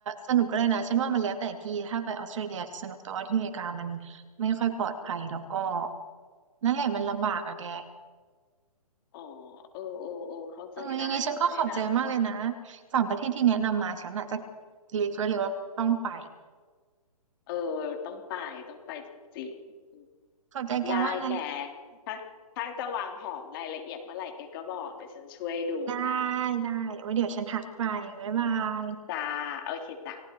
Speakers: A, on the right (about 55°); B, on the left (about 35°).
A: สนุกก็ได้นะฉันว่ามันแล้วแต่ที่ถ้าไปออสเตรเลียจะสนุกแต่ว่าที่อเมริกามันไม่ค่อยปลอดภัยแล้วก็นั่นแหละมันลำบากอะแก
B: อ๋อเออเออเออเข้าใจได้เข้าใจได้
A: เออยังไงฉันก็ขอบใจมากเลยนะสามประเทศที่แนะนำมาฉันอาจจะลิสต์ไว้เลยว่าต้องไป
B: เออต้องไปต้องไปจริงๆอืม
A: ขอบใจแกมากนะลี่
B: ได้แกถ้าถ้าจะวางแผนรายละเอียดเมื่อไหร่แกก็บอกเดี๋ยวฉันช่วยดูให้
A: ได้ได้ไว้เดี๋ยวฉันทักไปบ๊ายบาย
B: จ้าโอเคจ้ะ